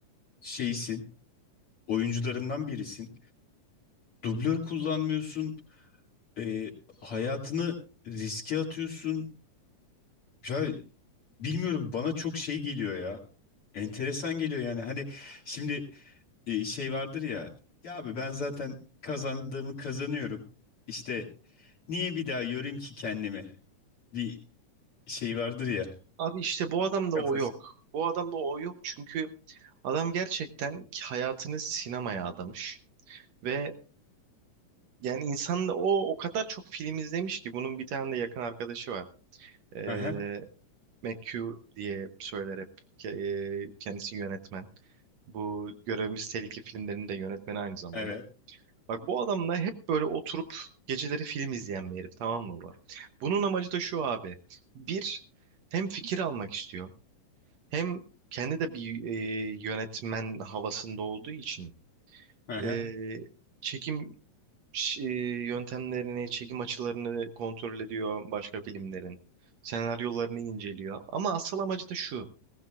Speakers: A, on the left (about 45°); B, on the right (about 65°).
A: şeysin. Oyuncularından birisin. Dublör kullanmıyorsun. E, hayatını riske atıyorsun. Ya Bilmiyorum bana çok şey geliyor ya. Enteresan geliyor yani. Hani şimdi e, şey vardır ya. Ya abi ben zaten kazandığımı kazanıyorum. İşte niye bir daha yorayım ki kendimi? Bir şey vardır ya.
B: Abi işte bu adamda
A: Kafası.
B: o yok. Bu adamda o yok çünkü adam gerçekten hayatını sinemaya adamış ve yani insan da o o kadar çok film izlemiş ki bunun bir tane de yakın arkadaşı var. Ee,
A: Aha,
B: McHugh diye söyler hep. Ke- e, Kendisi yönetmen. Bu Görevimiz Tehlike filmlerinin de yönetmeni aynı zamanda.
A: evet.
B: Bak bu adamla hep böyle oturup geceleri film izleyen bir herif tamam mı bu? Bunun amacı da şu abi. Bir, hem fikir almak istiyor. Hem kendi de bir e, yönetmen havasında olduğu için
A: Aha.
B: e, çekim ş- e, yöntemlerini, çekim açılarını kontrol ediyor başka filmlerin. Senaryolarını inceliyor. Ama asıl amacı da şu.